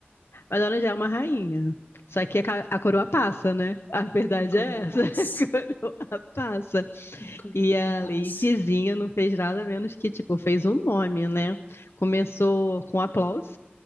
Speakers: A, on the left; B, on the left.
A: Madonna já é uma rainha. Só que a, ca- a coroa passa, né? A verdade
B: A Coroa
A: é essa,
B: Passa.
A: <laughs> a coroa passa.
B: A Coroa
A: E a
B: Passa.
A: Ladyzinha não fez nada menos que, tipo, fez um nome, né? Começou com aplauso.